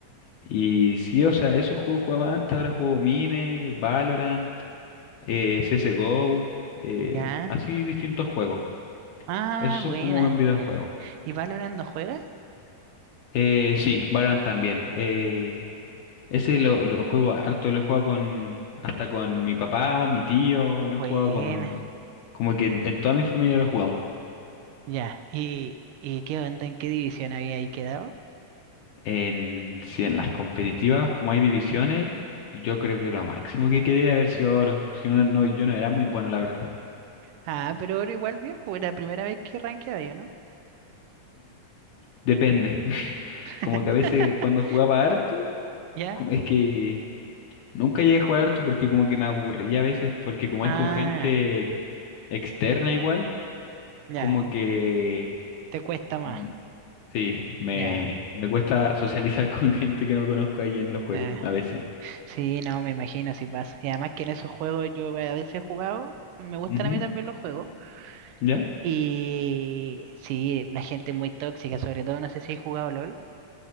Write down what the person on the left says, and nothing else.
Y sí, o sea, esos juegos jugaba antes, ahora juego Mine, Valorant, eh, CSGO, eh,
así distintos juegos.
Esos son
como en videojuegos.
Eh, sí, Valorant también. Eh, ese lo, lo juego harto, lo he jugado con, hasta con mi papá, mi tío, lo
he jugado con... Como que en, en toda mi familia lo jugamos.
En, sí, en las competitivas, como hay divisiones, yo creo que lo máximo que quedé de haber sido oro. Si no, no, yo no era muy bueno, la verdad.
Depende. <laughs>
Como que a veces cuando jugaba harto,
como- es que nunca llegué a jugar harto porque como que me aburría a veces, porque como
es con gente externa igual,
como que
mm, sí, me,
me cuesta socializar <laughs> con gente que no conozco ahí en los juegos
a veces.
Ujú,
¿Ya?